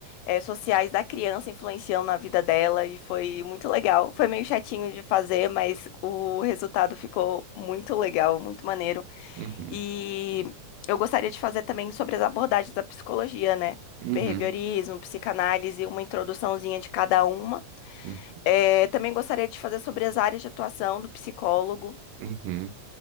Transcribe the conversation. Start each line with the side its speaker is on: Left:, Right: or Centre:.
Left: eh, sociais da criança influenciam na vida dela e foi muito legal. Foi meio chatinho de fazer, mas o resultado ficou muito legal, muito maneiro.
Right: uhum,
Left: E eu gostaria de fazer também sobre as abordagens da psicologia, né?
Right: uhum,
Left: Behaviorismo, psicanálise, uma introduçãozinha de cada uma.
Right: uhum,
Left: É, também gostaria de fazer sobre as áreas de atuação do psicólogo
Right: uhum.